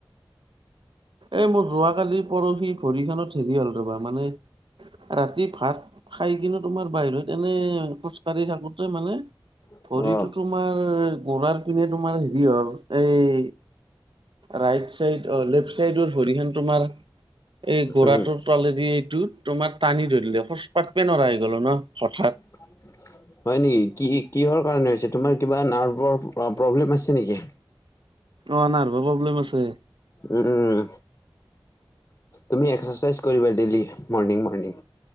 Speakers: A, on the right; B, on the left.
A: এ মোৰ যোৱা কালি পৰহি ভৰিখনত হেৰি হ'ল ৰবা। মানে ৰাতি ভাত খাই কিন্তু তোমাৰ বাহিৰত এনে খোজকাঢ়ি থাকোতেই মানে
B: অ
A: ভৰিটো তোমাৰ গৰুহাৰ পিনে তোমাৰ হেৰি হ'ল। এই ৰাইট চাইড অ' লেফট চাইডৰ ভৰিখন তোমাৰ এই গৰুহাটোৰ
B: উম।
A: তলেদি এইটো তোমাৰ টানি ধৰিলে। খোজ কাঢ়িব নোৱাৰা হৈ গলো ন হঠাৎ
B: <unintelligible> হয় নেকি? কি কিহৰ কাৰণে হৈছে, তোমাৰ কিবা নাৰ্ভৰ প্ৰ প্ৰব্লেম আছে নেকি?
A: অ' নাৰ্ভৰ প্ৰব্লেম আছে।
B: উম। তুমি এক্সাৰচাইজ কৰিবা ডেইলি মৰ্ণিং মৰ্ণিং।